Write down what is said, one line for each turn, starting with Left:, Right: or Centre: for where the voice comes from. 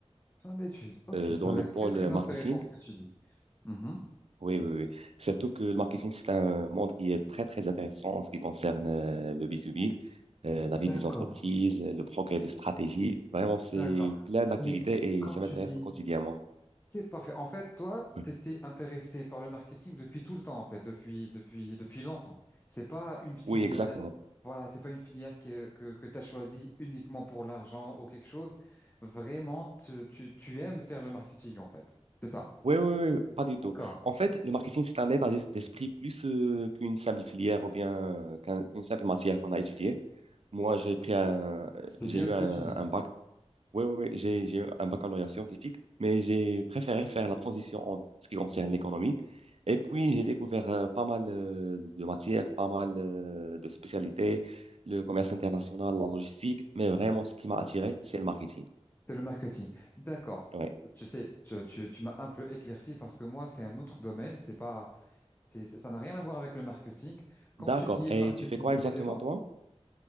Left: Plein d'études. Ok,
Right: euh,
Left: ça
Right: dans le
Left: a l'air
Right: pôle
Left: très très intéressant
Right: marketing
Left: ce que tu dis. Mhm.
Right: Oui, oui, oui. Surtout que le marketing, c'est un monde qui est très, très intéressant en ce qui concerne euh, le B2B, euh, la vie
Left: D'accord,
Right: des entreprises, le progrès des stratégies. Vraiment, c'est
Left: d'accord.
Right: plein d'activités
Left: Mais quand
Right: et ça m'intéresse
Left: tu dis
Right: au quotidien, moi.
Left: C'est parfait. En fait, toi,
Right: Oui,
Left: t'étais intéressé par le marketing depuis tout le temps, en fait, depuis, depuis, depuis longtemps. C'est pas une filière,
Right: Oui, exactement.
Left: voilà, c'est pas une filière que, que, que t'as choisie uniquement pour l'argent ou quelque chose. Vraiment, tu, tu, tu aimes faire le marketing, en fait. C'est ça.
Right: Oui, oui, oui, oui, pas du tout.
Left: D'accord.
Right: En fait, le marketing, c'est un état d'es- d'esprit plus euh, qu'une simple filière ou bien euh, qu'un- qu'une simple matière qu'on a étudiée. Moi, j'ai pris un, euh,
Left: C'est
Right: j'ai
Left: bien
Right: eu
Left: ce
Right: un,
Left: que tu dis.
Right: un bac. Oui, oui, oui, j'ai j'ai eu un baccalauréat scientifique, mais j'ai préféré faire la transition en ce qui concerne l'économie. Et puis, j'ai découvert euh, pas mal euh, de matières, pas mal euh, de spécialités, le commerce international, la logistique, mais vraiment, ce qui m'a attiré, c'est le marketing.
Left: C'est le marketing. D'accord.
Right: Ouais.
Left: Tu sais, tu, tu, tu m'as un peu éclairci parce que moi, c'est un autre domaine. C'est pas, c'est, c'est- ça n'a rien à voir avec le marketing. Quand
Right: D'accord.
Left: tu dis
Right: Et
Left: marketing,
Right: tu fais quoi
Left: c'est
Right: exactement,
Left: les ventes,
Right: toi?